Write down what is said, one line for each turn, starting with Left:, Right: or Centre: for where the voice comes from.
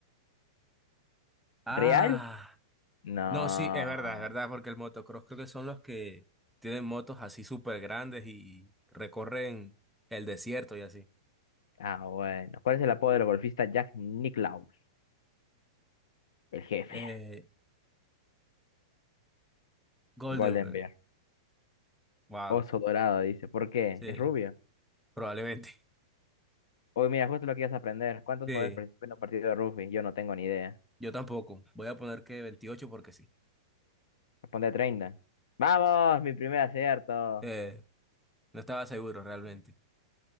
Centre: Ah.
Left: ¿Real? No.
Centre: No, sí, es verdad, es verdad, porque el motocross creo que son los que tienen motos así súper grandes y recorren el desierto y así.
Left: Ah, bueno. ¿Cuál es el apodo del golfista Jack Nicklaus? El jefe.
Centre: Eh, Goldenberg.
Left: Golden Bear.
Centre: Wow.
Left: Oso dorado, dice. ¿Por qué?
Centre: Sí,
Left: ¿Es rubio?
Centre: probablemente. <laughs>
Left: Hoy mira, justo lo que ibas a aprender. ¿Cuántos
Centre: Sí,
Left: jugadores participan en un partido de rugby? Yo no tengo ni idea.
Centre: yo tampoco. Voy a poner que 28 porque sí.
Left: Responde treinta ¡Vamos! Mi primer acierto.
Centre: Eh, no estaba seguro realmente.